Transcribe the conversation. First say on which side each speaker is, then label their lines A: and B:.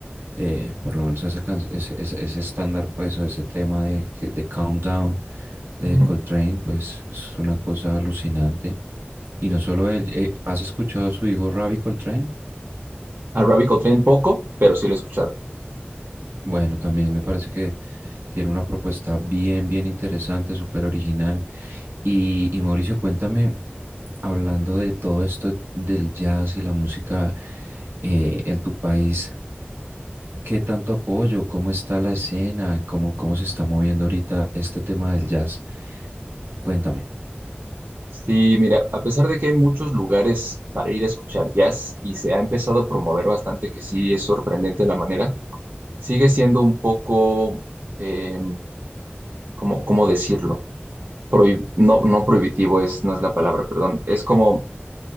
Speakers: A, on the right; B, on the right.
A: eh, por lo menos esa can- ese, ese- ese estándar pues o ese tema de, que- de Countdown de
B: Mm.
A: Coltrane pues es una cosa alucinante y no solo él, eh, ¿has escuchado a su hijo Ravi Coltrane?
B: A Robbie Coltrane poco, pero sí lo he escuchado.
A: Bueno, también me parece que tiene una propuesta bien, bien interesante, súper original. Y, y Mauricio, cuéntame, hablando de todo esto del jazz y la música eh, en tu país, ¿qué tanto apoyo? ¿Cómo está la escena? ¿Cómo, cómo se está moviendo ahorita este tema del jazz? Cuéntame.
B: Sí, mira, a pesar de que hay muchos lugares para ir a escuchar jazz y se ha empezado a promover bastante, que sí es sorprendente la manera, sigue siendo un poco, eh, ¿cómo, cómo decirlo? prohi- no, no prohibitivo es, no es la palabra, perdón. Es como,